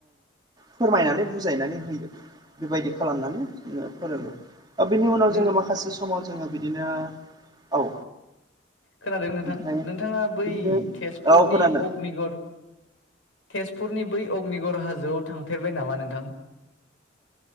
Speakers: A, on the right; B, on the left.
A: फोरमायनानै बुजायनानै होयो बेबायदि खालामनानै जोङो फोरोङो बिनि उनाव
B: नों
A: जोङो माखासे समाव जोङो बिदिनो औ
B: खोनादों नोंथां
A: ओमफ्राय
B: नोंथाङा बै
A: बिदिनो
B: तेजपुरनि
A: औ खोनादों
B: अग्निगर तेजपुरनि बै अग्निगऱ हाजोआव थांफेरबाय नामा नोंथां